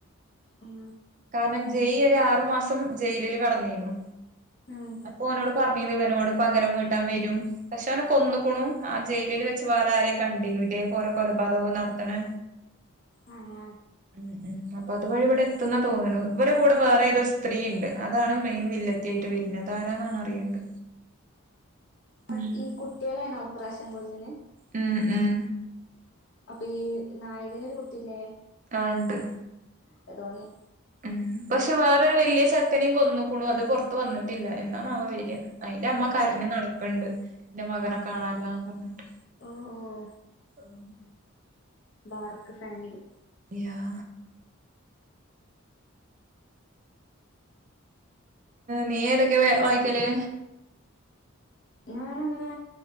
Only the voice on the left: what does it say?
ഉം
ആഹ്
ആഹ്
അ
ഈ കുട്ടികളെ ആണോ ഇപ്രാവശ്യം കൊല്ലണ്
അപ്പൊ ഈ നായകനൊരു കുട്ടില്ലേ?
ക്ക് തോന്നി
ഓ
ഓ ഓഹോ
ഡാർക്ക് ഫാമിലി
ഞാനങ്ങനെ